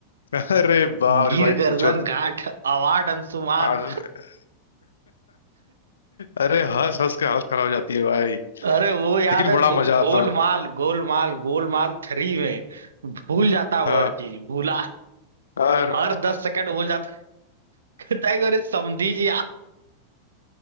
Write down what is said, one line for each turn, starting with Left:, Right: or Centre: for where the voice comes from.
Left: <laughs> अरे बाप
Right: गिर
Left: रे भाई
Right: गर्दन
Left: पूछो मत।
Right: घाट अवार्ड अंशुमान
Left: आज- अरे हंस हंस के हालत खराब हो जाती है भाई
Right: अरे वो
Left: लेकिन
Right: याद है
Left: बड़ा
Right: गो,
Left: मजा
Right: गोलमाल
Left: आता है
Right: गोलमाल गोलमाल थ्री में भूल जाता वो
Left: हाँ
Right: हर चीज भूला
Left: और
Right: हर दस सेकंड भूल जाता कहता है कि अरे समधी जी आप